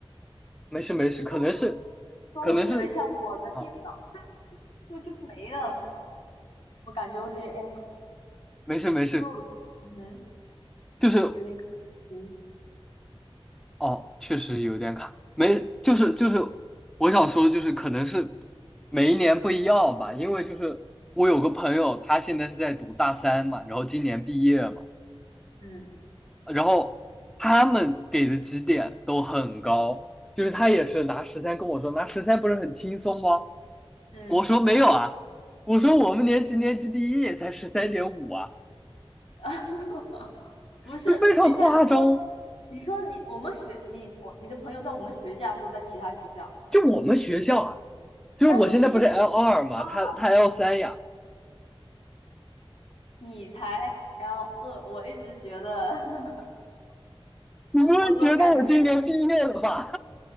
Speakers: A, in the centre; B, on the left.
A: 没事没事，
B: 收
A: 可能是，
B: 收拾了一下我的电脑，
A: 可能是啊，
B: 但就就没了。我感觉有点，哎，
A: 没事没事，
B: 因为我，嗯哼
A: 就是
B: 有点可惜，
A: 哦，确实有点卡，没，就是就是，我想说就是可能是每一年不一样吧，因为就是我有个朋友，他现在是在读大三嘛，然后今年毕业嘛，
B: 嗯
A: 然后他们给的绩点都很高，就是他也是拿十三跟我说，拿十三不是很轻松吗？
B: 嗯。
A: 我说没有啊，我说我们年级年级第一也才十三点五啊，
B: <laughs> 不是，
A: 就非常夸张，
B: 等一下，你说，你说你我们学你我你的朋友在我们学校说在其他学校，
A: 就我们学校啊。就是我现在不是
B: 但是你现在
A: L 二嘛，
B: 啊，
A: 他他 L 三呀，
B: 你才 L 二，我一直觉得，<laughs>
A: 你不会觉得我今年毕业了吧？
B: 我总感觉